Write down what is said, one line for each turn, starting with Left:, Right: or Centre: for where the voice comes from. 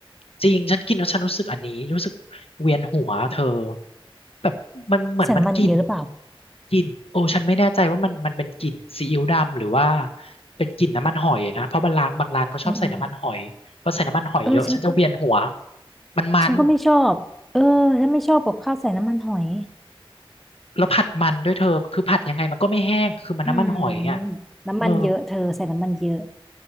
Left: จริงฉันกินแล้วฉันรู้สึกอันนี้รู้สึกเวียนหัวเธอแบบมันเหมือนมันกลิ่น
Centre: ใส่น้ำมันเยอะหรือเปล่า
Left: กลิ่นโอ้ฉันไม่แน่ใจว่ามันมันเป็นกลิ่นซีอิ๊วดำหรือว่าเป็นกลิ่นน้ำมันหอยนะเพราะบางร้านบางร้านเขาชอบใส่น้ำมันหอยพอใส่น้ำมันหอยเยอะฉันจะเวียนหัว
Centre: อืมอืมเออฉัน
Left: มันมัน
Centre: ฉันก็ไม่ชอบเออฉันไม่ชอบกับข้าวใส่น้ำมันหอย
Left: แล้วผัดมันด้วยเธอคือผัดยังไงมันก็ไม่แห้งคือมันน้ำมันหอยอ่ะ
Centre: อืมน้ำมันเยอะเธอใส่น้ำมันเยอะ
Left: เออ